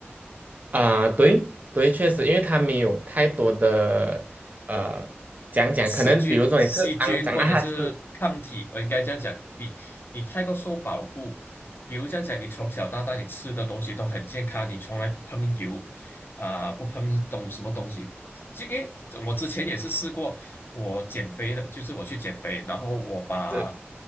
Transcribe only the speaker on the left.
细菌、
细菌或者是抗体，
我应该这样讲，你你太过受保护，比如这样讲，你从小到大你吃的东西都很健康，你从来不碰油，啊、不碰东什么东西。这诶，我之前也是试过，我减肥的，就是我去减肥，然后我把。